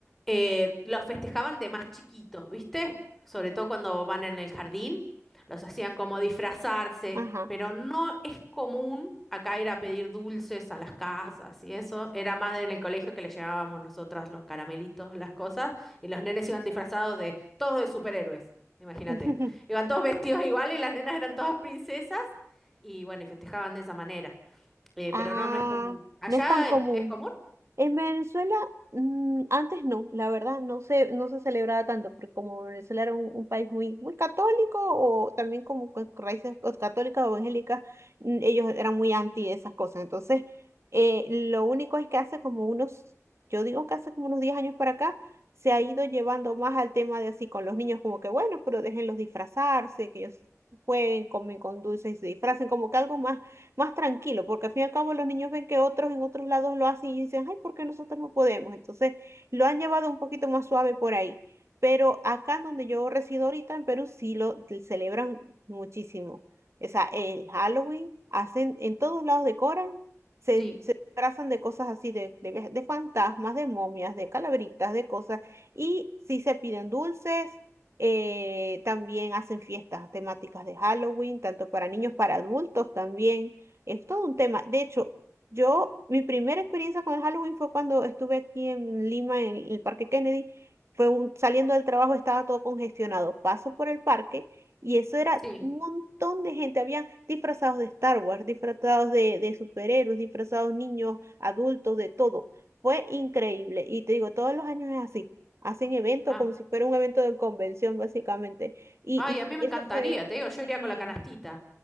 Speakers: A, in the centre; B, on the right.
A: eh, los festejaban de más chiquitos, ¿viste? Sobre todo cuando van en el jardín, los hacían como disfrazarse,
B: Ajá.
A: pero no es común acá ir a pedir dulces a las casas y eso. Era más en el colegio que le llevábamos nosotras los caramelitos, las cosas, y los nenes iban disfrazados de todos de superhéroes, imagínate.
B: <laughs>
A: Iban todos vestidos igual y las nenas eran todas princesas y bueno, y festejaban de esa manera. Eh,
B: Ah,
A: pero no, no es común. ¿Allá
B: no es tan común.
A: es, es común?
B: En Venezuela, mm, antes no, la verdad, no se, no se celebraba tanto, porque como Venezuela era un, un país muy, muy católico, o también como con raíces o católicas o evangélicas, mm, ellos eran muy anti esas cosas. Entonces, eh, lo único es que hace como unos, yo digo que hace como unos 10 años para acá, se ha ido llevando más al tema de así con los niños, como que bueno, pero déjenlos disfrazarse, que ellos jueguen, comen con dulces y se disfracen, como que algo más más tranquilo, porque al fin y al cabo los niños ven que otros en otros lados lo hacen y dicen, ay, ¿por qué nosotros no podemos? Entonces lo han llevado un poquito más suave por ahí. Pero acá donde yo resido ahorita en Perú sí lo celebran muchísimo. O sea, el Halloween, hacen, en todos lados decoran, se,
A: Sí,
B: se disfrazan de cosas así, de, de, ve- de fantasmas, de momias, de calabritas, de cosas, y sí se piden dulces, eh, también hacen fiestas temáticas de Halloween, tanto para niños, para adultos también. Es todo un tema. De hecho, yo, mi primera experiencia con el Halloween fue cuando estuve aquí en Lima, en el Parque Kennedy. Fue un- saliendo del trabajo, estaba todo congestionado. Paso por el parque y eso era
A: sí.
B: un montón de gente. habían disfrazados de Star Wars, disfrazados de, de superhéroes, disfrazados niños, adultos, de todo. Fue increíble. Y te digo, todos los años es así. Hacen eventos
A: Ah,
B: como si fuera un evento de convención, básicamente. Y,
A: ay,
B: y
A: a
B: sí,
A: mí me
B: eso
A: encantaría,
B: fue,
A: te digo, yo
B: sí.
A: iría con la canastita.